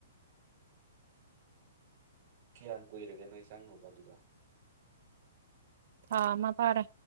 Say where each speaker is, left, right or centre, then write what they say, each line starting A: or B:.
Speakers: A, on the right (about 30°); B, on the right (about 50°).
A: ꯀꯌꯥꯝ ꯀꯨꯏꯔꯒꯦ ꯅꯣꯏ ꯆꯪꯔꯨꯕ ꯑꯗꯨꯗꯥ
B: ꯊꯥ ꯃꯥ ꯐꯥꯔꯦ